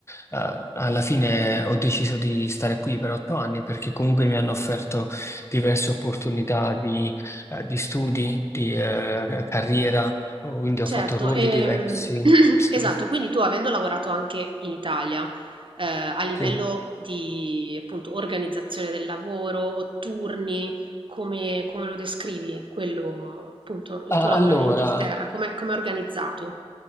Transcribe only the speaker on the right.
Certo,
ehm,
<clears throat>
esatto, quindi tu avendo lavorato anche in Italia, eh, a livello
di appunto organizzazione del lavoro, turni, come, come lo descrivi, quello, appunto, il
tuo lavoro
in Inghilterra, come, come è organizzato?